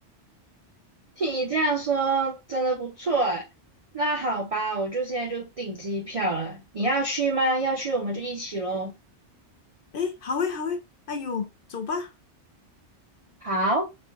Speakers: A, on the right; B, on the left.
A: 听你这样说，真的不错哎。那好吧，我就现在就订机票了。你要去吗？要去我们就一起喽。
B: 诶，好诶，好诶，哎呦，走吧。
A: 好。